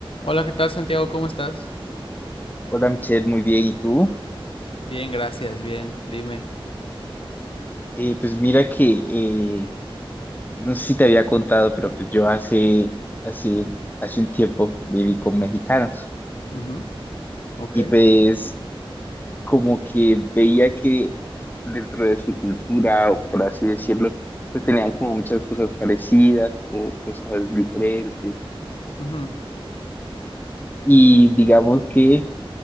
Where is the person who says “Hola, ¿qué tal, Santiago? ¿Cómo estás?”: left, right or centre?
Left